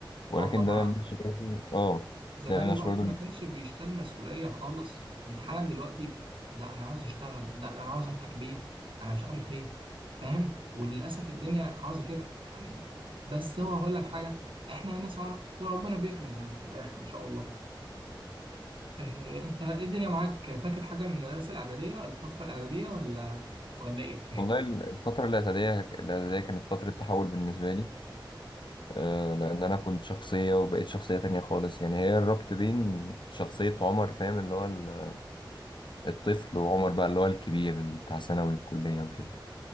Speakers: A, on the left (about 65°); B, on the right (about 80°).
A: ولكن
B: اه طبعا
A: ده مش برضه اه
B: زمان
A: ده
B: الواحد
A: مش برضه اللي-
B: ما كانش بيشتال مسؤولية خالص انت حالا دلوقتي لا انا عاوز اشتغل لا انا عاوز افتح بيت انا مش عارف ايه فاهم وللاسف الدنيا عاوزة كده يعني بس هو هقول لك حاجة احنا هنسعى وربنا بيكرم يعني في الاخر ان شاء الله إيه انت ايه الدنيا معاك فاكر حاجة من المدرسة الإعدادية الفترة الإعدادية ولا ولا ايه
A: والله الفترة الاعدادية الاعدادية كانت فترة تحول بالنسبة لي آه لأن أنا كنت شخصية وبقيت شخصية تانية خالص يعني هي الربط بين شخصية عمر فاهم اللي هو ال- الطفل وعمر بقى اللي هو الكبير بتاع ثانوي الكلية وكده